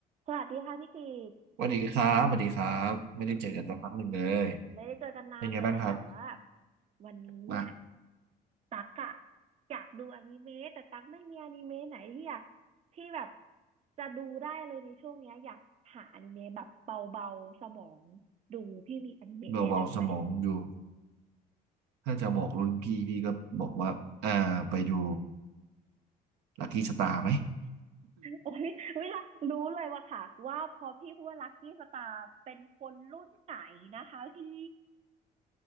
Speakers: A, on the right (about 40°); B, on the right (about 85°).
A: สวัสดีค่ะพี่กิต
B: สวัสดีครับสวัสดีครับไม่ได้เจอกันสักพักหนึ่งเลย
A: ไม่ได้เจอกันนานเลยแต่ว่า
B: เป็นไงบ้างครับ
A: วันนี้เนี่ย
B: มา
A: ตักอะอยากดูอนิเมะแต่ตักไม่มีอนิเมะไหนที่อยากที่แบบจะดูได้เลยในช่วงเนี้ยอยากหาอนิเมะแบบเบาๆสมองดูพี่มีอนิเมะแนะนำไหม
B: เบาๆสมองดูถ้าจะบอกรุ่นพี่พี่ก็บอกว่าอ่าไปดูลัคกี้สตาร์ไหม
A: โอ้ยเวลา <laughs> รู้เลยว่าค่ะว่าพอพี่พูดว่าลัคกี้สตาร์เป็นคนรุ่นไหนนะคะพี่